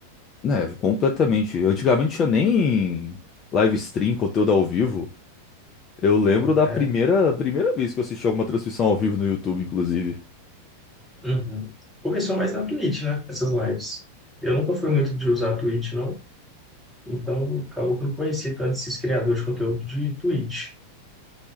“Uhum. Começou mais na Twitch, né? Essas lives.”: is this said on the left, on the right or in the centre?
Centre